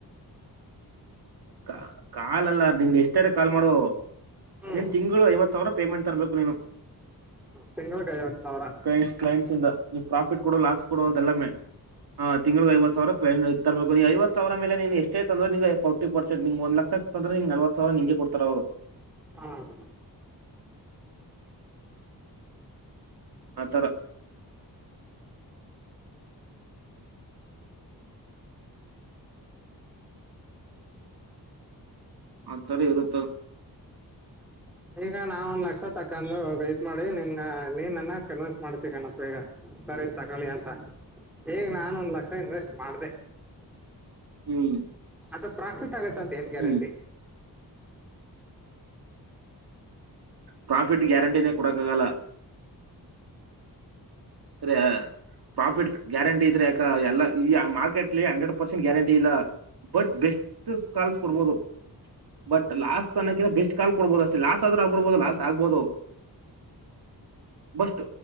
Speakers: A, on the right; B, in the centre.
A: ಕ ಕಾಲಲ್ಲ ನಿನ್ ಎಷ್ಟಾರೆ ಕಾಲ್ ಮಾಡು
B: ಹ್ಮ್
A: ನಿನ್ ತಿಂಗ್ಳು ಐವತ್ ಸಾವ್ರ ಪೇಮೆಂಟ್ ತರ್ಬೇಕು ನೀನು.
B: ತಿಂಗ್ಳಗ್ ಐವತ್ ಸಾವ್ರ.
A: ಕ್ಲೈಂಟ್ಸ್ ಕ್ಲೈಂಟ್ಸ್ ಇಂದ ನೀ ಪ್ರಾಫಿಟ್ ಕೊಡು ಲಾಸ್ ಕೊಡು ಅದೆಲ್ಲ ಮೇ ಹ ತಿಂಗ್ಳಗ್ ಐವತ್ ಸಾವ್ರ ಕ್ಲೈನ್ ಆಯ್ತಾ ತರ್ಬೇಕ್ ನೀ ಐವತ್ ಸಾವ್ರ ಮೇಲೆ ನೀನ್ ಎಷ್ಟೇ ತಂದ್ರು ನಿಂಗ್ ಫಿಫ್ಟಿ ಪರ್ಸೆಂಟ್ ನಿಂಗ್ ಒಂದ್ ಲಕ್ಷ ತಂದ್ರು ನಿ ನಲ್ವತ್ ಸಾವ್ರ ನಿಂಗೆ ಕೊಡ್ತಾರ್ ಅವ್ರು.
B: ಹಾಂ
A: <unintelligible> ಆತರ. ಆತರ ಇರುತು.
B: ಈಗ ನಾ ಒಂದ್ ಲಕ್ಷ ತಕಂಡು ವಾಯ್ಟ್ ಮಾಡಿ ನಿನ್ನ ನೀ ನನ್ನ ಕನ್ವಿನ್ಸ್ ಮಾಡ್ತಿ ಕನಪ್ಪ ಈಗ ಸರ್ ಇದ್ ತಕಳಿ ಅಂತ ಈಗ್ ನಾನ್ ಒಂದ್ ಲಕ್ಷ ಇನ್ವೆಸ್ಟ್ ಮಾಡ್ದೆ.
A: ಹ್ಮ್.
B: ದ್ ಪ್ರಾಫಿಟ್ ಆಗುತ್ ತಂತ್ ಏನ್ ಗ್ಯಾರಂಟಿ.
A: ಹ್ಮ್ ಪ್ರಾಫಿಟ್ ಗ್ಯಾರಂಟೀನೆ ಕೊಡಕಾಗಲ್ಲ. ದ್ರ್ಯ ಪ್ರಾಫಿಟ್ ಗ್ಯಾರಂಟಿ ಇದ್ರೆ ಯಾಕ ಎಲ್ಲ ಈ ಮಾರ್ಕೆಟ್ಲಿ ಹಂಡ್ರೆಡ್ ಪರ್ಸೆಂಟ್ ಗ್ಯಾರಂಟಿ ಇಲ್ಲ ಬಟ್ ಬೆಸ್ಟ್ ಕಾಲ್ಸ್ ಕೊಡ್ಬೋದು ಬಟ್ ಲಾಸ್ ಅನ್ನಕೆನಾ ಬೆಸ್ಟ್ ಕಾಲ್ ಕೊಡ್ಬೋದು ಅಷ್ಟೇ ಲಾಸ್ ಆದ್ರು ಆಗ್ಬುಡ್ಬೊದು ಲಾಸ್ ಆಗ್ಬೊದು ಬಸ್ಟ